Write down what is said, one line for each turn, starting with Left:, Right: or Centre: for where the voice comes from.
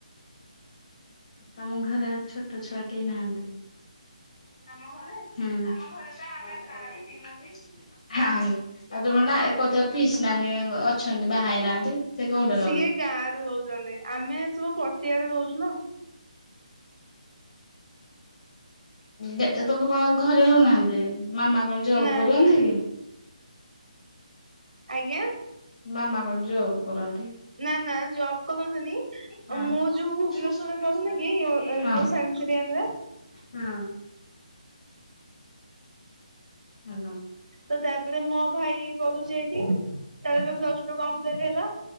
Left: ତମ ଘରେ ଛୋଟ ଛୁଆ କେହି ନାହାନ୍ତି? ଆମ ଘରେ ଆମ ଘରେ ତ ଆମେ ପ୍ରାୟ ତିନୋଟି ଆଉ ତମରନା ଏକଥ ପିସ୍ ନାନି ଅଛନ୍ତି ବାହା ହେଇନାହାନ୍ତି ସେ କୋଉଠି
Right: ସିଏ
Left: ରହନ୍ତି?
Right: ଗାଁ ରେ ରହୁଛନ୍ତି। ଆମେ ସବୁ ପଟିଆରେ ରହୁଛୁ ନା।
Left: ଉ ଦେ ତମେ କଣ ଘରେ ରହୁନାହାନ୍ତି? ମାମା କଣ ଜବ
Right: ନାହିଁ
Left: କରୁଅନ୍ତି କି?
Right: ଆଜ୍ଞା?
Left: ମାମା କଣ ଜବ କରନ୍ତି?
Right: ନା ନା ଜବ କରନ୍ତନି।
Left: ହଁ।
Right: ମୁଁ
Left: ହଁ
Right: ଯୋଉ ଭୁବନେଶ୍ଵରରେ
Left: ହଁ
Right: ପଢୁନି ଏ ଓ କି ଯୋଉ ଙ୍ଗରେ
Left: ହଁ। ହଲୋ।
Right: ତ ତାପରେ ମୋ ଭାଇ ପଢୁଛି ଏଇଠି ତାର ଏବେ ପ୍ଲସ ଟୁ କମ୍ପଲିଟ ହେଲା।